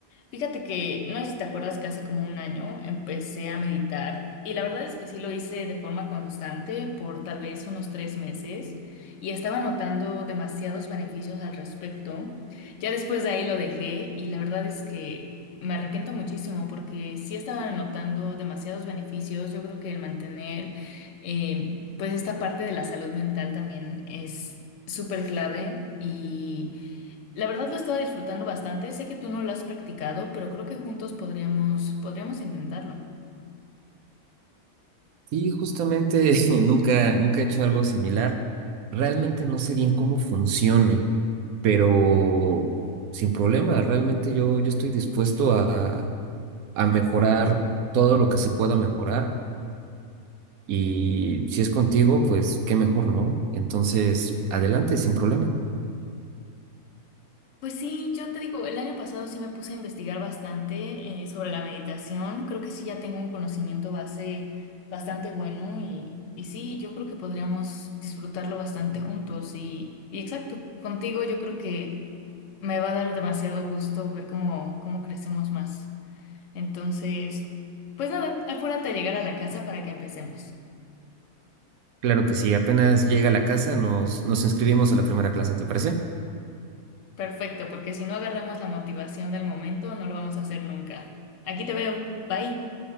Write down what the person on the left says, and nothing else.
Fíjate que, no sé si te acuerdas que hace como un año empecé a meditar y la verdad es que sí lo hice de forma constante por tal vez unos tres meses y estaba notando demasiados beneficios al respecto. Ya después de ahí lo dejé y la verdad es que me arrepiento muchísimo porque sí estaba notando demasiados beneficios. Yo creo que el mantener eh, pues esta parte de la salud mental también es súper clave y... La verdad lo estaba disfrutando bastante. Sé que tú no lo has practicado, pero creo que juntos podríamos, podríamos intentarlo.
Pues sí, yo te digo, el año pasado sí me puse a investigar bastante eh, sobre la meditación. Creo que sí ya tengo un conocimiento base bastante bueno y, y sí, yo creo que podríamos disfrutarlo bastante juntos y, y exacto, contigo yo creo que me va a dar demasiado gusto ver cómo, cómo crecemos más. Entonces, pues nada, apúrate a llegar a la casa para que empecemos.
Perfecto, porque si no agarramos la motivación del momento, no lo vamos a hacer nunca. Aquí te veo. Bye.